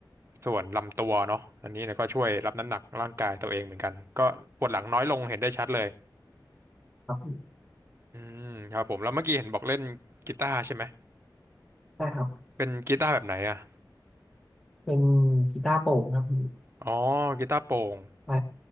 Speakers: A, on the right (about 30°); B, in the centre.
A: ส่วนลำตัวเนาะอันนี้เนี่ยก็ช่วยรับน้ำหนักร่างกายตัวเองเหมือนกันก็ปวดหลังน้อยลงเห็นได้ชัดเลย
B: ครับพี่
A: อืมครับผมแล้วเมื่อกี้เห็นบอกเล่นกีตาร์ใช่ไหม
B: ใช่ครับ
A: เป็นกีตาร์แบบไหนอ่ะ
B: เป็นกีตาร์โปร่งครับพี่
A: อ๋อกีตาร์โปร่ง
B: ใช่